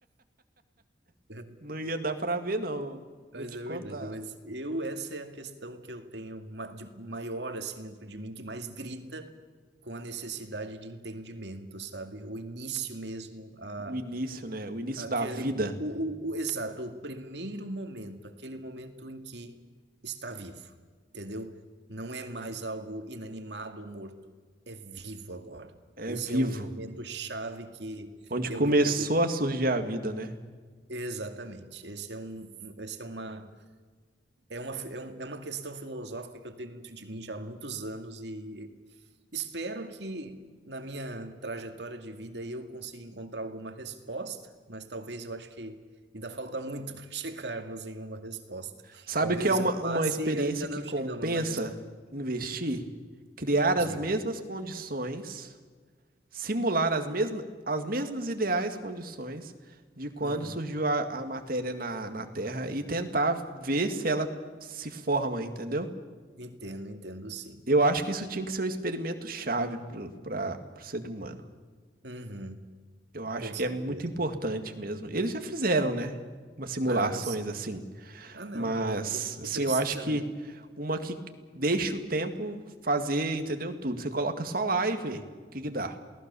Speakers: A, on the right; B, on the right.
A: <laughs>
B: <laughs>
A: Não ia dar pra ver, não. Vou
B: Mas
A: te
B: é
A: contar.
B: verdade, mas eu, essa é a questão que eu tenho ma- de maior, assim, dentro de mim, que mais grita com a necessidade de entendimento, sabe? O início mesmo, a,
A: O início, né? O início
B: aquele,
A: da vida
B: o, o, o- exato, o primeiro momento, aquele momento em que está vivo, entendeu? Não é mais algo inanimado ou morto, é vivo agora.
A: é
B: Esse
A: vivo.
B: é o momento chave que
A: Onde
B: eu
A: começou
B: me pergunto.
A: a surgir a vida, né?
B: Exatamente, esse é um, esse é uma É uma, fi- é um- é uma questão filosófica que eu tenho dentro de mim já há muitos anos e espero que na minha trajetória de vida eu consiga encontrar alguma resposta, mas talvez eu acho que ainda falta muito <laughs> para chegarmos em uma resposta.
A: Sabe
B: Talvez
A: o que é uma,
B: eu passe
A: uma experiência
B: e ainda
A: que
B: não
A: compensa
B: chegamos na resposta.
A: investir? Criar
B: Diga.
A: as mesmas condições simular as mesmas, as mesmas ideais condições de quando
B: Uhum.
A: surgiu a, a matéria na, na Terra e tentar ver se ela se forma, entendeu?
B: Entendo, entendo sim.
A: Eu acho que isso tinha que ser um experimento chave para o ser humano.
B: Uhum.
A: Eu acho
B: Com certeza.
A: que é muito importante mesmo. Eles já fizeram, né? Umas simulações
B: Ah, s-
A: assim.
B: ah, não,
A: Mas,
B: né? Porque
A: assim,
B: precisa,
A: eu acho que
B: né?
A: uma que deixa o tempo fazer, entendeu? Tudo. Você coloca só lá e vê o que que dá.